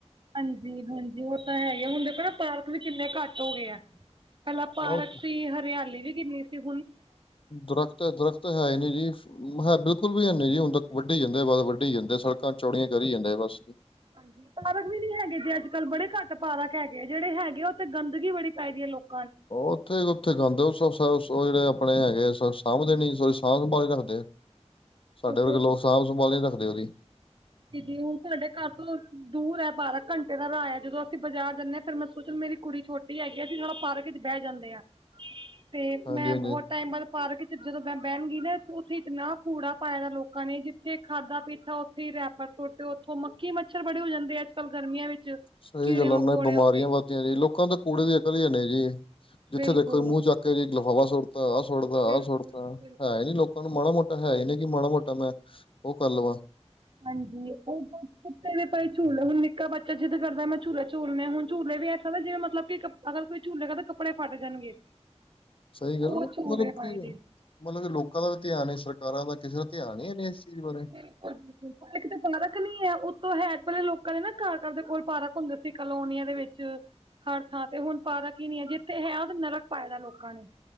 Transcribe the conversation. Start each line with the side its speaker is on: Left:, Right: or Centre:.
Right: ਹਾਂਜੀ ਹਾਂਜੀ ਉਹ ਤਾਂ ਹੈ ਹੀ ਹੁੰਦੇ ਨਾ ਪਾਰਕ ਵੀ ਕਿੰਨੇ ਘੱਟ ਹੋ ਗਏ ਆ। ਪਹਿਲਾਂ ਪਾਰਕ
Left: ਆਹ
Right: ਸੀ ਹਰਿਆਲੀ ਵੀ ਕਿੰਨੀ ਸੀ ਹ
Left: ਦਰਖਤ ਹੈ ਦਰਖ਼ਤ ਹੈ ਹੀ ਨਹੀਂ ਜੀ ਹੈ ਬਿਲਕੁਲ ਵੀ ਹੈਨੀ ਜੀ ਹੁਣ ਤ ਵੱ ਵੱਢੀ ਜਾਂਦੇ ਬਸ ਵੱਢੀ ਜਾਂਦੇ ਸੜਕਾਂ ਚੌੜੀਆਂ ਕਰੀ ਜਾਂਦੇ ਆ ਬਸ। ਜੀ।
Right: ਹਾਂਜੀ ਪਾਰਕ ਵੀ ਨੀ ਹੈਗੇ ਜੇ ਅੱਜ ਕੱਲ ਬੜੇ ਘੱਟ ਪਾਰਕ ਹੈਗੇ ਆ ਜਿਹੜੇ ਹੈਗੇ ਉ ਤੇ ਗੰਦਗੀ ਬੜੀ ਪੈ ਗਦੀ ਹੈ ਲੋਕ।
Left: ਉੱਥੇ ਉੱਥੇ ਗਾਂਂਦੇ ਜਿਹੜੇ ਆਪਣੇ ਹੈਗੇ ਸਾਂਭਦੇ ਨੀ ਸੋਰੀ ਸਾਂਭ ਸੰਭਾਲ ਰੱਖਦੇ ਸਾਡੇ
Right: ਤੇ
Left: ਵਰਗੇ ਲੋਕ ਸਾਂਭ ਸੰਭਾਲ ਰੱਖਦੇ। ਉਹਦੀ
Right: ਦੀਦੀ ਹੁਣ ਸਾਡੇ ਘਰ ਤੋਂ ਦੂਰ ਹੈ ਪਾਰਕ ਘੰਟੇ ਦਾ ਰਾਹ ਹੈ ਜਦੋਂ ਅਸੀਂ ਬਾਜ਼ਾਰ ਜਾਂਦੇ ਹਾਂ ਫੇਰ ਮੈਂ ਸੋਚ ਮੇਰੀ ਕੁੜੀ ਛੋਟੀ ਹੈਗੀ ਆ ਅਸੀਂ ਥੋੜ੍ਹਾ ਪਾਰਕ ਚ ਬਹਿ ਜਾਂਦੇ ਆਂ। ਤੇ
Left: ਹਾਂਜੀ
Right: ਮੈਂ
Left: ਹਾਂਜੀ
Right: ਬਹੁਤ ਟਾਈਮ ਬਾਦ ਪਾਰਕ ਚ ਜਦੋਂ ਮੈਂ ਬਹਿਣ ਗ ਨਾ ਉੱਥੇ ਇਤਨਾ ਕੂੜਾ ਪਾਇਏ ਦਾ ਲੋਕਾਂ ਨੇ ਜਿੱਥੇ ਖਾਧਾ ਪੀਤਾ ਉੱਥੇ ਹੀ ਰੈਪ ਬਸ ਤੁਹਾਡੇ ਉੱਥੋਂ ਮੱਕੀ-ਮੱਛਰ ਬੜੇ ਹੋ ਜਾਂਦੇ ਆ ਅੱਜ-ਕੱਲ ਗਰਮੀਆਂ ਵਿੱਚ।
Left: ਸਹੀ
Right: ਕੀੜੇ
Left: ਗੱਲਾਂ
Right: ਮਕੌੜੇ
Left: ਨਾ ਬਿਮਾਰੀਆਂ
Right: ਹੋ ਗਏ
Left: ਵੱਧਦੀਆਂ ਜੀ ਲੋਕਾਂ ਦੇ ਕੂੜੇ ਦੀ ਅਕਲ ਹੀ ਹੈਨ ਜੀ। ਜਿੱਥੇ
Right: ਬਿਲਕੁਲ
Left: ਦੇਖੋ ਜੀ ਮੂੰਹ ਚੱਕ ਕੇ ਜੀ ਲਿਫਾਵਾਾ ਸੁੱਟਤਾ, ਆਹ ਸੁੱਟਦਾ,
Right: ਬਿਲਕੁਲ
Left: ਆਹ ਸੁੱਟਤਾ
Right: ਜੀ ਬਿਲਕੁਲ
Left: ਹੈ ਹੀ ਨੀ ਲੋਕਾਂ ਨੂੰ ਮਾੜਾ ਮੋਟਾ। ਤਾਂ ਹੈ ਹੀ ਨੇ ਕਿ ਮਾੜਾ ਮੋਟਾ ਮੈਂ ਉਹ ਕਰ ਲਵਾਂ।
Right: ਹਾਂਜੀ, ਉਹ ਕਿੇ ਦੇ ਭਾਈ ਝੂਲੇ ਹੁਣ ਨਿੱਕਾ ਬੱਚਾ ਜਿੱਦ ਕਰਦਾ ਮੈਂ ਝੂਲਾ ਝੂਲਨ ਹੁਣ ਝੂਲੇ ਵੀ ਐਸ ਦੇ ਜਿਵੇਂ ਮਤਲਬ ਕਿ ਅਗਰ ਕੋਈ ਝੂਲੇ ਕਰਦੇ ਕੱਪੜੇ ਫੱਟ ਜਾਣਗੇ।
Left: ਸਹੀ ਗੱਲ
Right: ਉਹ
Left: ਮਤਲਬ
Right: ਝੂਲੇ ਪਾਏ
Left: ਕੀ
Right: ਦੇ
Left: ਮਤਲਬ ਕਿ ਲੋਕਾਂ ਦਾ ਵੀ ਧਿਆਨ ਸਰਕਾਰਾਂ ਦਾ ਕਿਸੇ ਦਾ ਧਿਆਨ ਨਹੀਂ। ਚੀਜ਼ ਬਾਰੇ
Right: ਿਲ ਇੱਕ ਤਾਂ ਫਣਾ ਰੱਖਣੀ ਹੈ। ਹੈ ਪਲੇ ਲੋਕਾਂ ਨੇ ਨਾ ਘਰ ਘਰ ਦੇ ਕੋਲ ਪਾਰਕ ਹੁੰਦੇ ਸੀ ਕਲੋਨੀਆਂ ਦੇ ਵਿੱਚ ਹਰ ਥਾਂ ਤੇ ਹੁਣ ਪਾਰਕ ਹੀ ਨੀ ਹੈ ਜਿੱਥੇ ਹੈ ਤੇ ਨਰਕ ਪਾਏ ਦਾ ਲੋਕਾਂ ਨੇ।